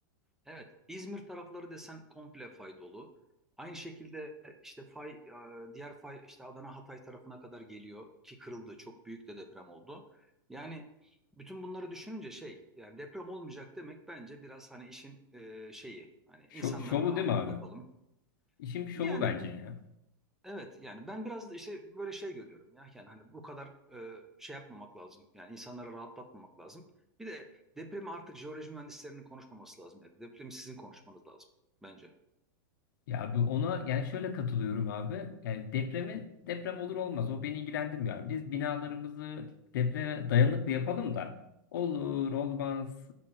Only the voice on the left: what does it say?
Şo- şovu
değil mi abi? İşin bir şovu
bence ya.
Ya bu ona yani şöyle katılıyorum abi. Yani depremi deprem olur olmaz o beni ilgilendirmiyor. abi. Biz binalarımızı depreme dayanıklı yapalım da olur olmaz